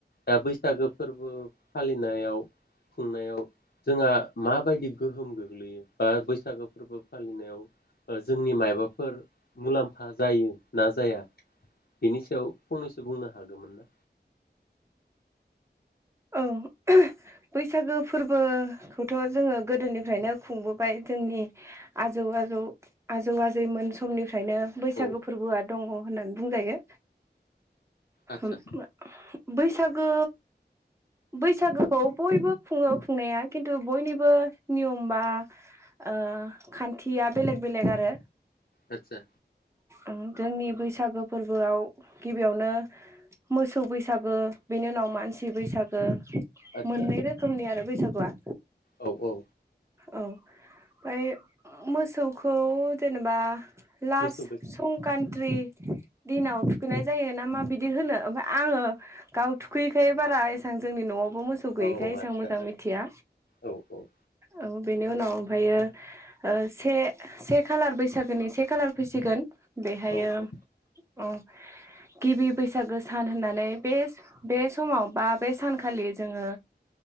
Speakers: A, on the left (about 75°); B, on the right (about 15°).
A: दा बैसागो फोरबो फालिनायाव खुंनायाव जोंहा मा बायदिब गोहोम गोग्लैयो बा बैस सागो फोरबो फालिनायाव ओ जोंनि मायबाफोर मुलाम फा जायो जाया बिनि सायाव फंनैसो बुंनो हागोमोन ना?
B: ओं बैसागो फोरबोखौथ' जोङो गोदोनिफ्रायनो खुंबोबाय जोंनि आजौ आजौ आजौ आजैमोन समनि खायनो बैसागो
A: औ
B: फोरबोआ दङ होननानै बुंजायो <unintelligible>
A: आतसा
B: बै सागो बैसागोखौ बयबो खुङो खुंनाया किन्तु बयनिबो नियम बा ओ खान्थिया बेलेग बेलेग आरो।
A: आतसा।
B: ओं जोंनि बैसागो फोरबोआव गिबियावनो मोसौ बैसागो बेनि उनाव मानसि बैसागो।
A: आदसा
B: मोननै रोखोमनि आरो। बैसागुआ।
A: औ औ।
B: औ ओमफ्राय मोसौखौ जेनेबा लास
A: मोसौ बैसागु
B: संकान्त्रि। दिनाव थुखैनाय जायो ना मा बिदि होनो ओमफाय आङो गाव थुखैयैखाय बारा एसां जोंनि न'आव। नवाव मोसौ गैयैखाय
A: औ
B: एसां
A: आदसा
B: मोजां मिथिया।
A: औ औ
B: औ बेनि उनाव ओमफ्रायो से से खालार बैसागोनि से खालार फैसिगोन। बेहायो
A: औ औ
B: उम। गिबि बैसागो सान होननानै बे-बे समाव बा बे सानखालि जोङो